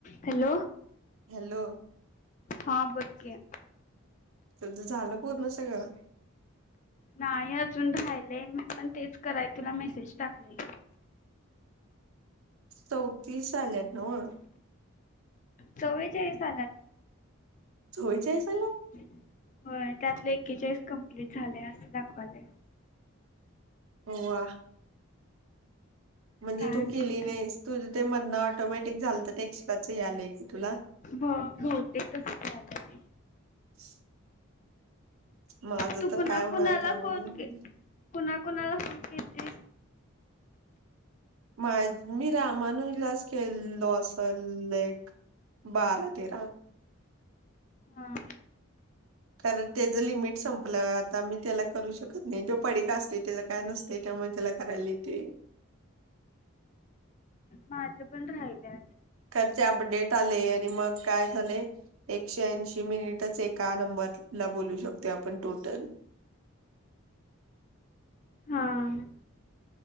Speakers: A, on the left; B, on the right.
A: Hello.
B: Hello.
A: हा बोल की.
B: तुझं झालं पूर्ण सगळं?
A: नाही अजून राहिलय. मी पण तेच कराय तुला मेसेज टाकलय.
B: चौतीस आल्यात नव्ह?
A: चौवेचाळीस आल्यात.
B: चौवेचालीस आल्यात?
A: व्हय त्यातलं एकेचाळीस कंप्लीट झालय असं दाखवायलंय.
B: हो वा. म्हणजे
A: काय
B: तू
A: माहिती
B: केली नाहीस. तुझं ते मधन ऑटोमॅटिक झालतं तर ते एक्स्ट्राचं यालंय का तुला?
A: हा बहुतेक तसच यालय.
B: <inaudible> माझं
A: तु
B: तर
A: कुणा
B: काय होणार
A: कुणाला
B: काय माहित
A: फोन के कुणा कुणाला फोन केलतीस?
B: माय मी रामानुजलाच केलो असल एक. बारा तेरा.
A: हां
B: कारण त्याचं लिमिट संपलं, आता मी त्याला करू शकत नाही तो पडी का असतोय, तेज काय नसते, त्यामुळे त्याला करायला येते.
A: माझं पण राहिल्यात.
B: खर ते, अपडेट आले, आणि मग काय झाले. एकशे-ऐंशी मिनिटच एका नंबरला बोलू शकतो आपण टोटल. <unintelligible>
A: हां.